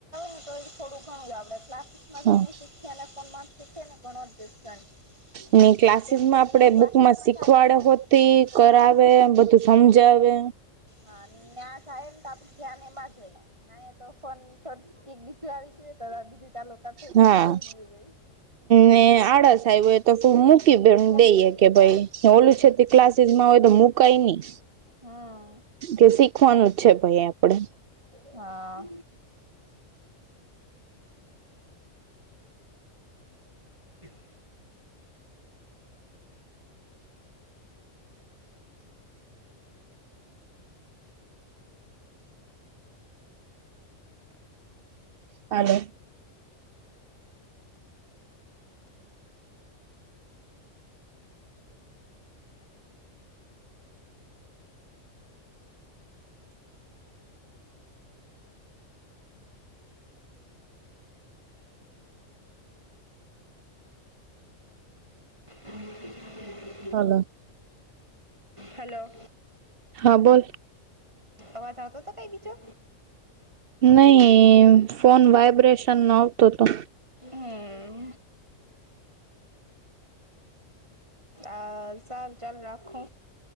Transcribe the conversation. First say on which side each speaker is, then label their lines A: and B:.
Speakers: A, on the right (about 20°); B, on the right (about 60°).
A: ને તો એ થોડું ઘણું આપડે એટલા <unintelligible> ને
B: હા
A: ઘણો <unintelligible>
B: ને ક્લાસીસ
A: કેમ કે
B: માં આપડે
A: ક્લાસીસમાં
B: બુકમાં શીખવાડે
A: થાય એટલે
B: હોતી ઈ
A: હા
B: કરાવે એ બધું હમજાવે
A: હા નયા જઈએ ને તો આપણે ધ્યાન એમાજ હોય ના એ તો ફોન થોડ કક બીજું આવી ગયું તો બીજું ચાલુ થ થઈ
B: હા
A: ગયું તો બીજું <unintelligible>
B: ને આડસ આયવુ હોય તો <unintelligible>
A: મૂકી
B: દઈએ
A: દે
B: કે
A: હા
B: ભઈ ઓલું છે તે ક્લાસીસમાં હોય તો મુકાય નહી
A: હા
B: કે શીખવાનું જ છે ભાઈ આપડે
A: હા <inaudible>
B: હાલો
A: <unintelligible>
B: હલો
A: હલો
B: હા બોલ
A: અવાજ આવતો તો કાઈ બીજો?
B: નહી ફોન વાયબ્રેશન નો આવતો તો.
A: હમ આ સારુ ચાલો રાખુ.